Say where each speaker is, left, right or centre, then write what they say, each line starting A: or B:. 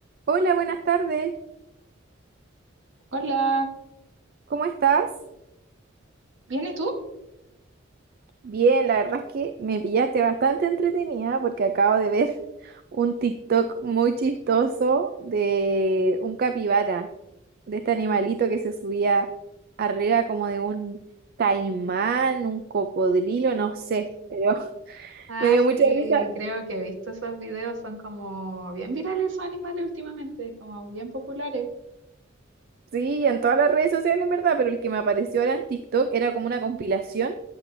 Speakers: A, on the right; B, on the right.
A: Hola, buenas tardes.
B: Hola,
A: ¿Cómo estás?
B: ¿bien y tú?
A: Bien, la verdad es que me pillaste bastante entretenida porque acabo de ver <laughs> un TikTok muy chistoso de un capibara, de este animalito que se subía arriba como de un caimán, un cocodrilo, no sé, pero <laughs>
B: Ah,
A: me dio
B: sí,
A: mucha risa
B: creo que he visto esos videos, son como bien virales esos animales últimamente, como bien populares.
A: Sí, en todas las redes sociales, en verdad, pero el que me apareció ahora en TikTok era como una compilación